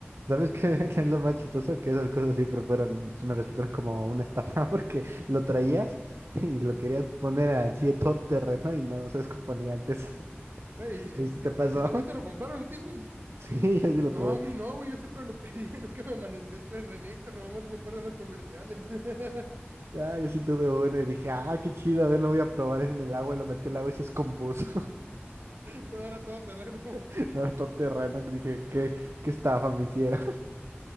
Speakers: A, on the right; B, on the right.
A: ¿Sabes qué, qué es lo más chistoso? Que esas cosas siempre fueron, me resultaron como una estafa <laughs> porque lo traías y lo querías poner así de todo terreno y no se descomponía antes. <laughs>
B: Güey, ¿sí, sí,
A: ¿Y si
B: sí-
A: te pasó?
B: sí
A: <laughs>
B: sí te lo compraron a ti, güey?
A: Sí, yo sí lo
B: No,
A: tuve.
B: a mí no, güey, yo siempre lo pedí, <laughs> nunca me amaneció el Terrenator, nomás me acuerdo de los comerciales. <laughs>
A: Ah, yo sí tuve uno y dije, ah, qué chido, a ver, lo voy a probar en el agua y lo metí al agua y se descompuso.
B: No era todo terreno.
A: <laughs> No era todo terreno, que dije, qué, qué estafa me hicieron. <laughs>